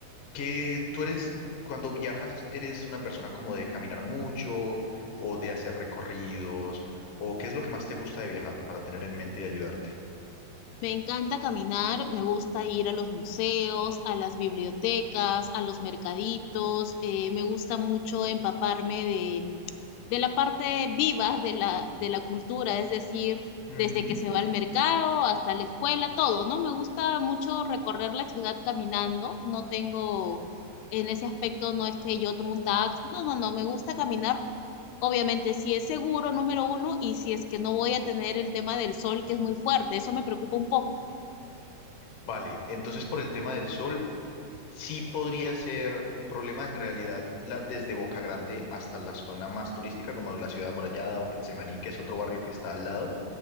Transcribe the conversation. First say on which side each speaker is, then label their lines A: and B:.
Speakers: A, on the left (about 60°); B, on the left (about 90°).
A: que tú eres, cuando viajas, eres una persona como de caminar mucho o de hacer recorridos, o qué es lo que más te gusta de viajar para tener en mente y ayudarte.
B: Me encanta caminar, me gusta ir a los museos, a las bibliotecas, a los mercaditos, eh, me gusta mucho empaparme de, de la parte viva de la, de la cultura, es decir,
A: Ujú.
B: desde que se va al mercado hasta la escuela, todo, ¿no? Me gusta mucho recorrer la ciudad caminando, no tengo, en ese aspecto no es que yo tomo un taxi, no, no, no, me gusta caminar. Obviamente, si es seguro, número uno, y si es que no voy a tener el tema del sol, que es muy fuerte, eso me preocupa un poco.
A: Vale, entonces por el tema del sol, sí podría ser un problema en realidad la, desde Boca Grande hasta la zona más turística como la Ciudad Amurallada o Getsemaní, que es otro barrio que está al lado.